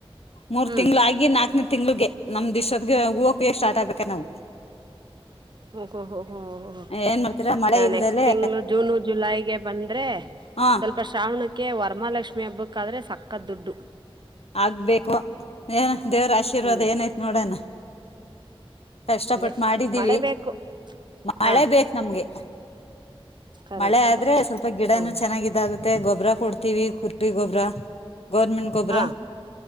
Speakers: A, on the left; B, on the right.
A: ಮೂರು
B: ಹ್ಮ್
A: ತಿಂಗಳ ಆಗಿ ನಾಕನೇ ತ್ ತಿಂಗಳುಗೆ ನಮ್ದ್ ಇಸ್ಟೊತ್ಗೆ ಓಪಿಯ್ ಸ್ಟಾಟ್ ಆಗ್ಬೇಕು ನಾವು.
B: ಓ ಓ ಹ
A: ಏನ್ ಮಾಡ್ತೀರಾ ಮಳೆ ಇಲ್ದಲೆ
B: ನೆಕ್ಸ್ಟ್ ತಿಂಗಳು ಜೂನ್ ಜೂಲೈಗೆ ಬಂದ್ರೆ
A: ಹಾ
B: ಸ್ವಲ್ಪ <unintelligible> ವರ್ಮಾಲ್ಷ್ಮಿ ಹಬ್ಬಕ್ ಆದ್ರೆ ಸಕ್ಕತ್ ದುಡ್ದು
A: ಆಗ್ಬೇಕು ಏನೋ ದೇವರ ಆಶೀರ್ವಾದ
B: ಹ್ಮ್
A: ಏನಾಯ್ತ್ ನೋಡೋಣ ಕಷ್ಟಪಟ್
B: ಅದೇ
A: ಮಾಡಿದ್ದೀವಿ
B: ಮಳೆ ಬೇಕು
A: ಮಳೆ
B: ಹಾ
A: ಬೇಕ್ ನಮ್ಗೆ
B: ಕರೆಕ್ಟ್
A: ಮಳೆ ಆದ್ರೆ ಸ್ವಲ್ಪ ಗಿಡನು
B: ಹ್ಮ್
A: ಚೆನ್ನಾಗಿ ಇದು ಆಗುತ್ತೆ ಗೊಬ್ರ ಕೊಡ್ತೀವಿ ಕೊಟ್ರಿ ಗೊಬ್ರ ಗವರ್ನಮೆಂಟ್ <unintelligible> ಗೊಬ್ರಾ
B: ಹಾ